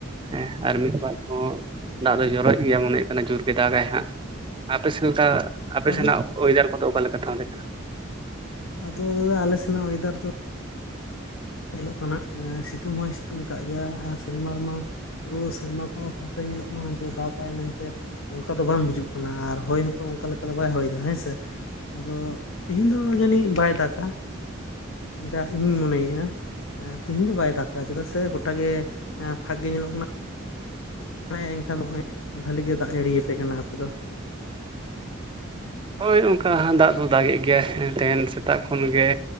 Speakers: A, on the right; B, on the left.
A: ᱦᱮᱸ ᱟᱨ ᱢᱤᱫ ᱵᱟᱨ ᱦᱚᱸ ᱫᱟᱜ ᱫᱚ ᱡᱚᱨᱚ ᱮᱫ ᱜᱮᱭᱟ ᱢᱚᱱᱮ ᱦᱩᱭᱩᱜ ᱠᱟᱱᱟ ᱡᱳᱨ ᱜᱮ ᱫᱟᱜᱟᱭ ᱦᱟᱸᱜ᱾ ᱟᱯᱮᱥᱮᱱᱫᱟ ᱟᱯᱮ
B: ᱟᱫᱚ
A: ᱥᱮᱱᱟᱜ ᱚᱭᱮᱫᱟᱨ ᱠᱚᱫᱚ ᱚᱠᱟᱞᱮᱠᱟ ᱛᱟᱦᱞᱮ ᱠᱟᱱᱟ?
B: ᱟᱫᱚ ᱫᱟᱫᱟ ᱟᱞᱮ ᱥᱮᱱᱟᱜ ᱚᱭᱮᱫᱟᱨ ᱫᱚ ᱧᱮᱞᱚᱜ ᱠᱟᱱᱟ ᱥᱤᱛᱩᱝ ᱦᱚᱸᱭ ᱥᱤᱛᱩᱝ ᱟᱠᱟᱫ ᱜᱮᱭᱟ ᱟᱨ ᱥᱮᱨᱢᱟ ᱨᱮᱢᱟ ᱯᱩᱨᱟᱹ ᱥᱮᱨᱢᱟ ᱠᱚ ᱦᱚᱸ ᱯᱷᱟᱸᱠᱟ ᱧᱮᱞᱚᱜ ᱠᱟᱱᱟ᱾ ᱡᱮ ᱫᱟᱜᱟᱭ ᱢᱮᱱᱛᱮ ᱚᱱᱠᱟ ᱫᱚ ᱵᱟᱝ ᱵᱩᱡᱩᱜ ᱠᱟᱱᱟ᱾ ᱟᱨ ᱦᱚᱭ ᱦᱚᱝᱛᱚ ᱚᱱᱠᱟ ᱞᱮᱠᱟ ᱫᱚ ᱵᱟᱭ ᱦᱚᱭᱮᱫᱟ ᱦᱮᱸᱥᱮ᱾ ᱟᱫᱚ ᱛᱮᱤᱦᱮᱤᱧ ᱫᱚ ᱡᱟᱹᱱᱤᱡ ᱵᱟᱭ ᱫᱟᱜᱟ ᱡᱟ ᱤᱧᱤᱧ ᱢᱚᱱᱮᱭᱮᱫᱼᱟ᱾ ᱮ ᱛᱮᱦᱤᱧ ᱫᱚ ᱵᱟᱭ ᱫᱟᱜ-ᱟ᱾ ᱪᱮᱫᱟᱜ ᱥᱮ ᱜᱚᱴᱟ ᱜᱮ ᱯᱷᱟᱸᱠ ᱜᱮ ᱧᱮᱞᱚᱜ ᱠᱟᱱᱟ᱾ ᱮᱸ ᱮᱱᱠᱷᱟᱱ ᱵᱚᱠᱚᱧ ᱵᱟᱹᱞᱤ ᱜᱮ ᱫᱟᱜ ᱡᱟᱹᱲᱤᱭᱟᱯᱮ ᱠᱟᱱᱟ ᱟᱯᱮ ᱫᱚ᱾
A: ᱦᱳᱭ ᱚᱱᱠᱟ ᱫᱟᱜ ᱫᱚ ᱫᱟᱜᱮᱫ ᱜᱮᱭᱟ ᱛᱮᱦᱮᱱ ᱥᱮᱛᱟᱜ ᱠᱷᱚᱱ ᱜᱮ᱾